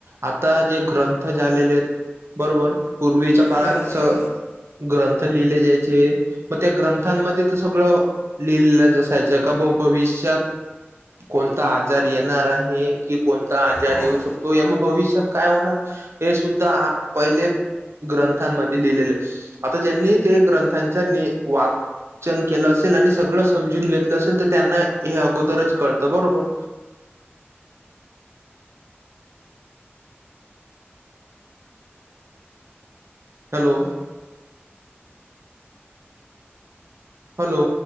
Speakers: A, on the right; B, on the left.
A: आता जे ग्रंथ झालेले आहेत बरोबर पूर्वीच्या काळात
B: बरोबर आहे
A: ग्रंथ लिले जायचे. मग त्या ग्रंथांमध्ये तर सगळं लिहिलेलं जसायचं का भविष्यात कोणता आजार येणार आहे कि कोणता आजार
B: हो
A: येऊ शकतो. त यामुळे भविष्य काय होणार हे सुद्धा आ पहिले. ग्रंथांमध्ये लिहिलेले आता ज्यांनी ते ग्रंथांच्या नि वाप न केलं असेल आणि सगळं समजून घेतलं असेल तर त्यांना हे अगोदरच कळतं बरोबर. हॅलो. हॅलो.